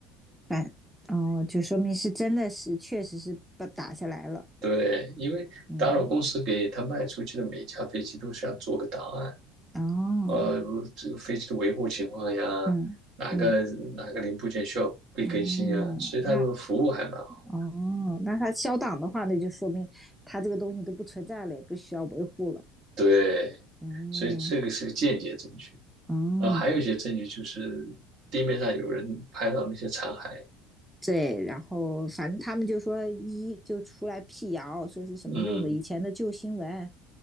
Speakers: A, in the centre; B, on the right (about 60°).
A: 反哦，就说明是真的是确实是把打下来了。
B: 对，因为达索公司给他卖出去的每一架飞机都是要做个档案。
A: 嗯，哦，
B: 呃，这个飞机的维护情况呀，
A: 嗯嗯
B: 哪个哪个零部件需要被更新啊，
A: 哦，
B: 所以他们服务还蛮好。
A: 那哦，那他消档的话，那就说明他这个东西都不存在了，也不需要维护了。
B: 对，
A: 嗯
B: 所以这个是个间接证据。
A: 哦，
B: 然后还有一些证据就是地面上有人拍到那些残骸。
A: 对，然后反正他们就说一就出来辟谣，说是什么用的以前的旧新闻。
B: 嗯，